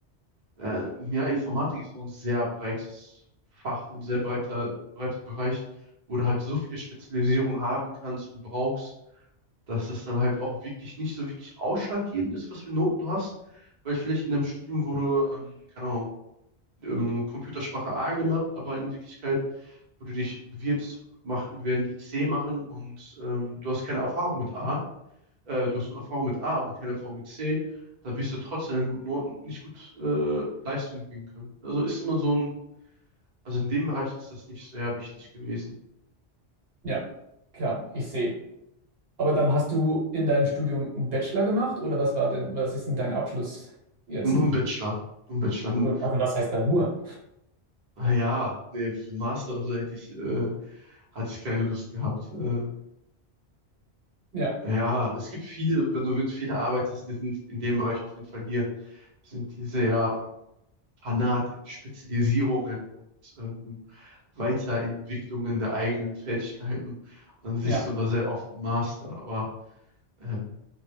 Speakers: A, on the right (about 45°); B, on the right (about 60°).
A: Ähm, ja, Informatik ist so ein sehr breites Fach, ein sehr breiter, breiter Bereich, wo du halt so viele Spezialisierung haben kannst und brauchst, dass das dann halt auch wirklich nicht so wirklich ausschlaggebend ist, was für Noten du hast. Weil vielleicht in einem Studium wurde, ähm, keine Ahnung, ähm, Computersprache A gemacht, aber in Wirklichkeit, wo du dich bewirbst, mach, werden die C machen und ähm, du hast keine Erfahrung mit A äh, du hast eine Erfahrung mit A, aber keine Erfahrung mit C, da wirst du trotzdem an guten Noten nicht gut äh, Leistung bringen können. Also ist immer so ein, also in dem Bereich ist das nicht sehr wichtig gewesen.
B: Ja, klar, ich sehe. Aber dann hast du in deinem Studium einen Bachelor gemacht oder was war denn, was ist denn dein Abschluss jetzt?
A: Nur ein Bachelor. Nur ein Bachelor.
B: Nun, Also was heißt da nur?
A: Ah Ja, nee, für einen Master oder so hätte ich, äh, hatte ich keine Lust gehabt. Äh,
B: Ja,
A: ja, es gibt viele, wenn du mit vielen arbeitest, die sind in dem Bereich auf jeden Fall hier. sind die sehr ähm, fanat in Spezialisierungen und ähm, Weiterentwicklungen der eigenen Fähigkeiten. Und dann siehst
B: ja.
A: du immer sehr oft einen Master, aber ähm,